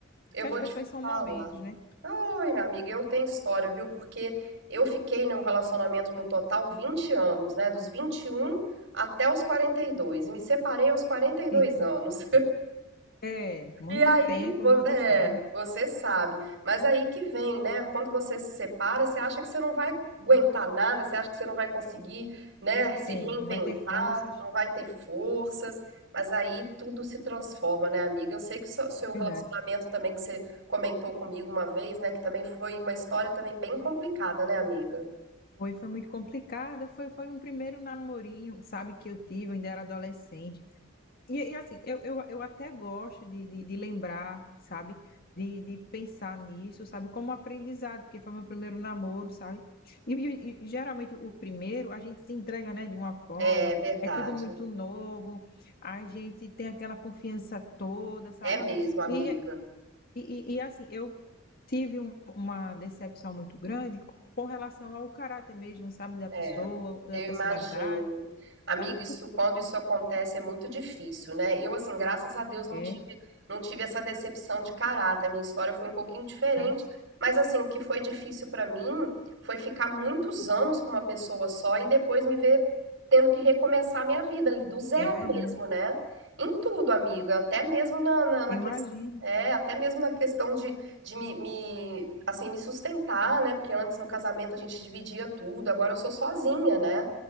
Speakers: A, on the right (about 65°); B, on the left (about 50°).
A: Eu
B: que
A: vou
B: as pessoas
A: te
B: são
A: falar.
B: momentos, né?
A: Ai, minha amiga, eu tenho história, viu? Porque eu fiquei num relacionamento no total 20 anos, né? Dos 21 até os quarenta E dois. E me separei aos 42
B: Eita.
A: anos.
B: É, muito
A: E aí,
B: tempo,
A: vo-
B: muita
A: é,
B: história.
A: você sabe. Mas aí que vem, né? Quando você se separa, você acha que você não vai aguentar nada, você acha que você não vai conseguir, né, se
B: É,
A: reinventar,
B: não vai ter forças.
A: não vai ter forças. Mas aí tudo se transforma, né, amiga? Eu sei que seu, seu
B: Verdade.
A: relacionamento também que você comentou comigo uma vez, né, que também foi uma história também bem complicada, né, amiga?
B: Foi, foi muito complicada. Foi, foi um primeiro namorinho, sabe, que eu tive, eu ainda era adolescente. E, e, assim, eu, eu, eu até gosto de, de, de lembrar, sabe, de, de pensar nisso, sabe, como aprendizado, porque foi meu primeiro namoro, sabe? E, e- e, geralmente o primeiro a gente se entrega, né, de uma forma,
A: É verdade.
B: é tudo muito novo, a gente tem aquela confiança toda, sabe?
A: É mesmo, amiga.
B: E, e, e e, assim, eu tive um- uma decepção muito grande com relação ao caráter mesmo, sabe, da
A: É,
B: pessoa, da
A: eu
B: personalidade,
A: imagino. Amigo,
B: sabe
A: isso,
B: por
A: quando isso acontece é muito difícil, né? Eu, assim, graças a Deus não
B: quê?
A: tive, não tive essa decepção de caráter. A minha história foi um pouquinho diferente,
B: sabe?
A: mas, assim, o que foi difícil pra mim foi ficar muitos anos com uma pessoa só e depois me ver tendo que recomeçar a minha vida ali, do zero
B: É verdade.
A: mesmo, né? Em tudo, amiga, até mesmo na, na, na
B: Eu
A: questão.
B: Imagino.
A: É, até mesmo na questão de de me, me, assim, me sustentar, né? Porque antes no casamento a gente dividia tudo, agora eu sou sozinha, né?